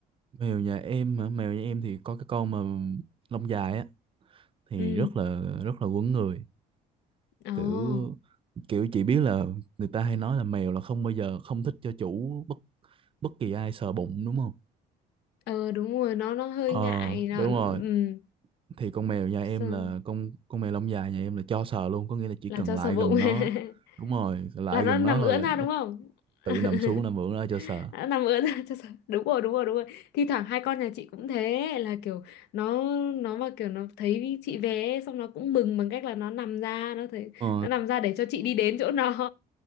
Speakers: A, on the right; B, on the left.
A: mèo nhà em hả mèo nhà em thì có cái con mà lông dài á thì
B: ừ
A: rất là rất là quấn người
B: Ồ,
A: kiểu kiểu chị biết là người ta hay nói là mèo là không bao giờ không thích cho chủ bất bất kỳ ai sờ bụng đúng không
B: ờ đúng rồi, nó nó hơi
A: ờ
B: ngại nó
A: đúng
B: ừm,
A: rồi thì con mèo nhà em
B: sao-
A: là con con mèo lông dài nhà em là cho sờ luôn có nghĩa là chỉ
B: là
A: cần
B: cho
A: lại
B: sờ bụng.
A: gần
B: <laughs>
A: nó đúng rồi lại
B: Là nó
A: gần
B: nằm
A: nó thôi
B: ưỡn
A: là
B: ra
A: nó
B: đúng không?
A: tự
B: <laughs>
A: nằm xuống nằm ngửa ra cho sờ
B: Nó nằm ưỡn ra cho sờ. Đúng rồi, đúng rồi, đúng rồi. Thi thoảng hai con nhà chị cũng thế là kiểu nó nó mà kiểu nó thấy chị về ấy, xong nó cũng mừng bằng cách là nó nằm ra, nó thấy
A: ờ.
B: nó nằm ra để cho chị đi đến chỗ nó.